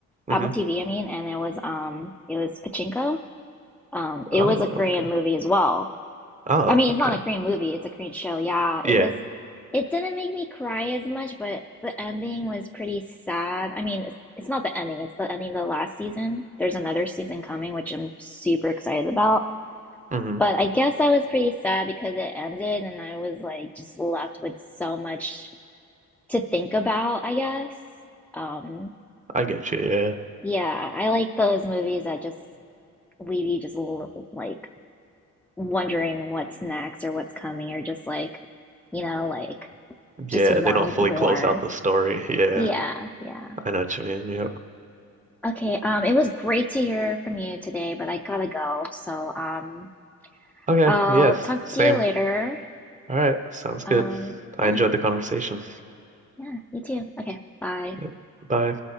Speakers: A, on the right; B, in the centre.
A: hmm
B: Apple TV, I mean, and it was um it was Pachinko. Um, it
A: Oh,
B: was a Korean
A: okay.
B: movie as well.
A: Oh,
B: I mean,
A: okay.
B: it's not a Korean movie, it's a Korean show. Yeah,
A: Yeah.
B: it was it didn't make me cry as much, but the ending was pretty sad. I mean, it's, it's not the ending, it's the ending of the last season. There's another season coming, which I'm super excited about.
A: hmm
B: But I guess I was pretty sad because it ended and I was like just left with so much to think about, I guess. Um,
A: I get you. Yeah.
B: yeah, I like those movies that just leave you just l- like wondering what's next or what's coming or just like, you know, like
A: Yeah.
B: just wanting
A: They don't fully
B: more.
A: close out the story. Yeah.
B: Yeah, yeah.
A: I know what you mean. Yep.
B: Okay, um, it was great to hear from you today, but I gotta go. So, um,
A: Okay,
B: I'll
A: yes,
B: talk
A: same
B: to you later.
A: All right, sounds good.
B: Um, yeah,
A: I enjoyed the conversation.
B: yeah, you too. Okay, bye.
A: Yep. Bye.